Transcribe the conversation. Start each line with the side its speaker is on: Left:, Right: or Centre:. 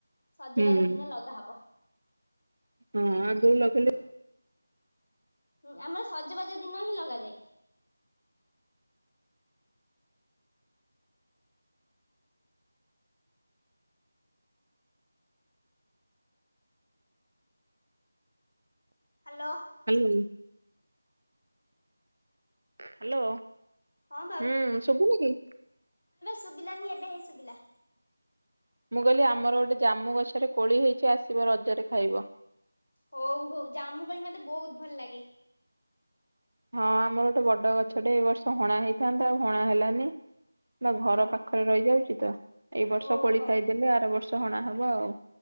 Left: ସଜବାଜ
Right: ହୁଁ
Left: ଦିନ ଲଗା ହବ।
Right: ହଁ ଆଗୁରୁ ଲଗେଇଲେ
Left: ହୁଁ ଆମର ସଜବାଜ ଦିନ ହିଁ ଲଗାଯାଏ। ହାଲୋ।
Right: ହାଲୋ। ହାଲୋ।
Left: ହଁ
Right: ହୁଁ ଶୁଭୁନି କି?
Left: ଶୁବିଲାନି ଏବେ ହେଇ ଶୁବିଲା।
Right: ମୁଁ କଇଲି ଆମର ଗୋଟେ ଜାମୁ ଗଛରେ କୋଳି ହେଇଚି ଆସିବ ରଜରେ ଖାଇବ।
Left: ହୋଉ ହୋଉ ଜାମୁ କୋଳି ମତେ ବୋହୁତ ଭଲ ଲାଗେ।
Right: ହଁ ଆମର ଗୋଟେ ବଡ ଗଛଟେ ଏଇ ବର୍ଷ ହଣା ହେଇଥାନ୍ତା ଆଉ ହଣା ହେଲାନି। ନାଁ ଘର
Left: ହଁ।
Right: ପାଖରେ ରହି ଯାଉଚି ତ। ଏଇ ବର୍ଷ
Left: ଓହୋ
Right: କୋଳି ଖାଇଦେଲେ ଆର ବର୍ଷ ହଣା ହବ ଆଉ।